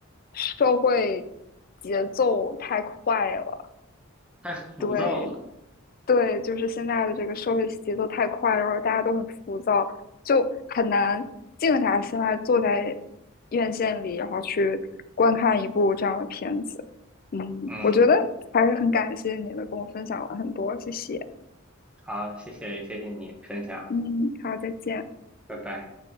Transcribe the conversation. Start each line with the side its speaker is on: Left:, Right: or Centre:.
Left: 社会节奏太快了，
Centre: 太浮躁了。
Left: 对，对，就是现在的这个社会节奏太快，然后大家都很浮躁，就很难静下心来坐在院线里，然后去观看一部这样的片子。嗯，
Centre: 嗯，
Left: 我觉得还是很感谢你的，跟我分享了很多，谢谢。
Centre: 好，谢谢，谢谢你分享，
Left: 嗯，好，再见。
Centre: 拜拜。